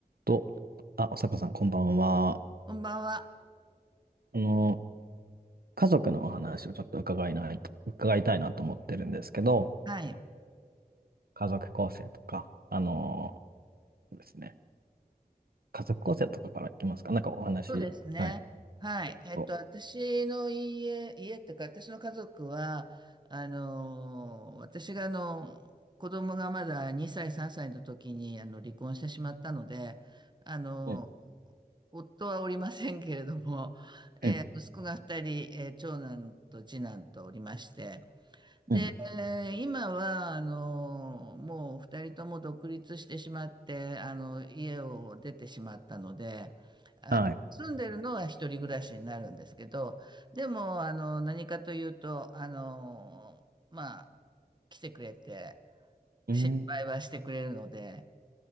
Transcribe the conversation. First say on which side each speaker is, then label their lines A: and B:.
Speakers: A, on the right (about 70°); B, on the right (about 30°).
A: と、あ、おさかさん、こんばんは。
B: こんばんは。
A: あの、家族のお話をちょっと伺いない、伺いたいなと思ってるんですけど、
B: はい。
A: 家族構成とか、あの、ですね、家族構成とかからいきますか。なんかお話、
B: そうですね。
A: はい、聞
B: はい。
A: けると。
B: えっと、私の家、家っていうか、私の家族は、あのー、私があの、子供がまだ2歳、3歳の時に、あの、離婚してしまったので、あのー、
A: うん、
B: 夫はおりませんけれども、
A: うん、
B: えー息子が2人、えー長男と次男とおりまして、で、
A: うん、
B: 今は、あの、もう二人とも独立してしまって、あの、家を出てしまったので、
A: はい。
B: 住んでるのは一人暮らしになるんですけど、でも、あの、何かというと、あの、まあ、来てくれて、
A: うん、
B: 心配はしてくれるので、